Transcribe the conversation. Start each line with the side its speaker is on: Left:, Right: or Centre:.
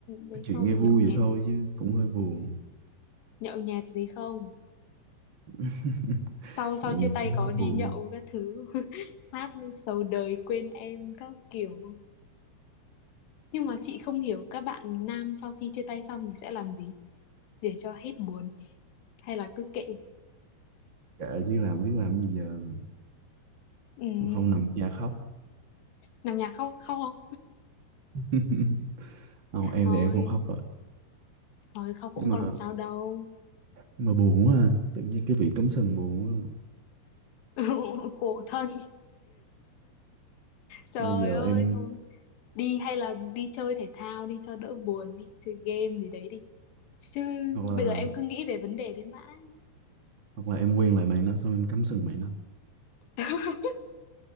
Left: đấy
Right: nói chuyện
Left: không
Right: nghe vui
Left: nhậu
Right: vậy
Left: nhẹt
Right: thôi chứ cũng hơi buồn
Left: nhậu nhẹt gì không?
Right: <laughs>
Left: Sau sau
Right: nhộn
Left: chia
Right: nhịp
Left: tay
Right: hết
Left: có đi
Right: buồn
Left: nhậu các thứ <laughs> hát sầu đời quên em các kiểu. không? Nhưng mà chị không hiểu các bạn nam sau khi chia tay xong thì sẽ làm gì để cho hết buồn hay là cứ kệ
Right: kệ chứ làm biết làm gì giờ
Left: ừ,
Right: Còn không nằm ở nhà khóc
Left: nằm nhà khóc khóc không?
Right: <laughs> không em
Left: Thôi,
Right: thì em không khóc rồi
Left: thôi khóc
Right: nhưng
Left: cũng
Right: mà
Left: có làm sao đâu.
Right: nhưng mà buồn quá à. tự nhiên cái bị cắm sừng buồn quá à.
Left: <laughs> Khổ thân. Trời
Right: hay là giờ
Left: ơi
Right: em
Left: thôi đi hay là đi chơi thể thao đi cho đỡ buồn đi chơi game gì đấy đi chứ
Right: hoặc là
Left: bây giờ em cứ nghĩ về vấn đề đấy mãi
Right: hoặc là em quen lại bạn đó xong em cắm sừng bạn đó
Left: <laughs>